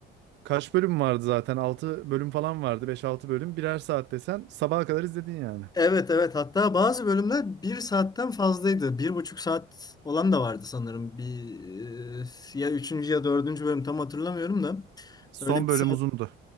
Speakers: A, on the right; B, on the left.
A: kaç bölüm vardı zaten? 6 bölüm falan vardı. Beş altı bölüm. Birer saat desen sabaha kadar izledin yani.
B: Evet evet hatta bazı bölümler bir saatten fazlaydı. Bir buçuk saat olan da vardı sanırım. Bir e, ya üçüncü ya dördüncü bölüm tam hatırlamıyorum da.
A: Son
B: Öyle bir
A: bölüm
B: saat.
A: uzundu.